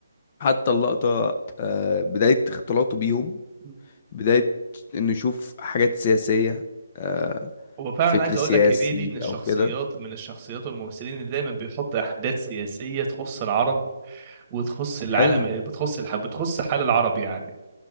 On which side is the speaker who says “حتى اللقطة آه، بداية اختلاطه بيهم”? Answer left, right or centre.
Left